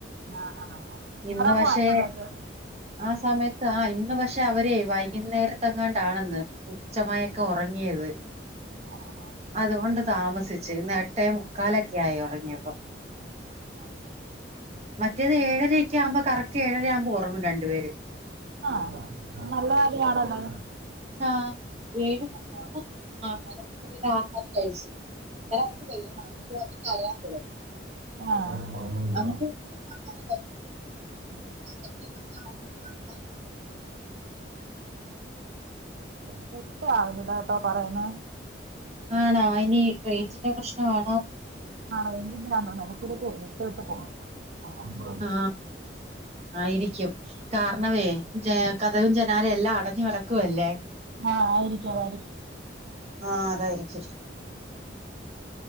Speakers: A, on the right (about 60°); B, on the right (about 35°).
A: ആഹ ആ.
B: ഇന്ന്
A: ഉറങ്ങോ
B: പക്ഷെ
A: ആ സമയത്ത്.
B: ആ സമയത്ത് ആ ഇന്ന് പക്ഷെ അവരെ, വൈകുന്നേരത്തെ ങ്ങണ്ടാണെന്ന്, ഉച്ചമയക്കം ഉറങ്ങിയത്.
A: ഉം ആഹ ആഹ.
B: അതുകൊണ്ട് താമസിച്ച്. ഇന്ന് എട്ടേ മുക്കാലൊക്കെ ആയി ഉറങ്ങിയപ്പം.
A: <inaudible>
B: മറ്റേത് ഏഴരക്കെ ആകുമ്പോൾ, കറക്റ്റ് ഏഴര ആവുമ്പോൾ ഉറങ്ങും രണ്ട്‌ പേര്.
A: അ നല്ല കാര്യ ആണല്ലത്.
B: ആഹ് ഏഴ് മണിയാവുമ്പോ ആഹ് രാത്രിയിലെ ആഹാരം കഴിച്ച് അന്നേരം അവർക്ക് വേണം എന്നിട്ട് അവര് കരയാൻ തുടങ്ങും
A: ആ
B: എന്നിട്ട് ഏഴരയാവുമ്പോ അവര് ഉറങ്ങും.
A: <inaudible>
B: <unintelligible>
A: ക്ലിക്ക് ആവുന്നില്ലാട്ടോ പറയണെ.
B: ആണോ ഇനി റേഞ്ചിന്റെ പ്രശ്നമാണോ?
A: ആ റേഞ്ച് ഇല്ലാന്ന് തോന്നണ്. ഇടകെടയ്ക്കു വിട്ട് വിട്ട് പോവുന്നു. <inaudible>
B: ആ ആയിരിക്കും. കാരണവേ ജ കഥകും ജനാലെ എല്ലാം അടഞ്ഞു കിടക്കുവല്ലേ.
A: ആഹ് ആയിരിക്കാം, ആയിരിക്കാം.
B: ആഹ് അതായിരിക്കും.